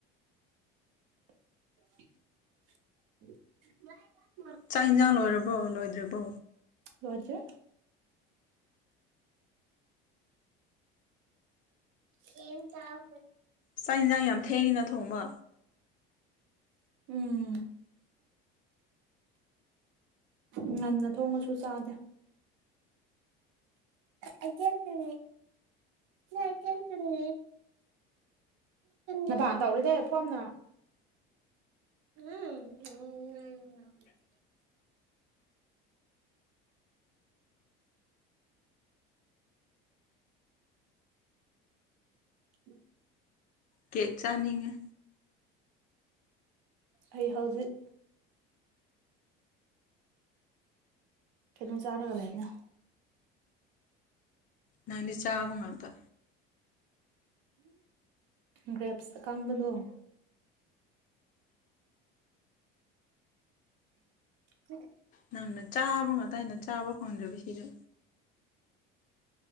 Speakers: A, on the right; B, on the left.
A: <unintelligible>
B: ꯆꯥꯛ ꯌꯦꯟꯁꯥꯡ ꯂꯣꯏꯔꯕꯣ ꯂꯣꯏꯗ꯭ꯔꯤꯕꯣ
A: ꯂꯖꯦ ꯀꯦꯝ ꯆꯗ
B: ꯆꯥꯛ ꯏꯟꯁꯥꯡ ꯌꯥꯝ ꯊꯩꯏꯅ ꯊꯣꯡꯕ
A: ꯎꯝ ꯉꯟꯅ ꯊꯣꯡꯉꯁꯨ ꯆꯥꯗꯦ ꯑ ꯊꯅꯤ ꯅꯇꯅꯤ ꯅꯄꯥꯟ ꯇꯧꯔꯤꯗꯏ ꯐꯣꯝꯅ ꯎꯝ ꯑ ꯎ
B: ꯀꯦ ꯆꯥꯅꯤꯡꯉ
A: ꯑꯩ ꯍꯧꯖꯤꯛ ꯀꯩꯅ ꯆꯥꯔꯒꯂꯅ
B: ꯅꯪꯗꯤ ꯆꯥꯕ ꯉꯥꯛꯇ
A: ꯒ꯭ꯔꯦꯞꯁ ꯑ ꯀꯥꯡꯕꯗꯣ <unintelligible> ꯎꯝ
B: ꯅꯪꯅ ꯆꯥꯕ ꯉꯇꯅ ꯆꯥꯕ ꯐꯪꯗ꯭ꯔꯕꯤ ꯁꯤꯗ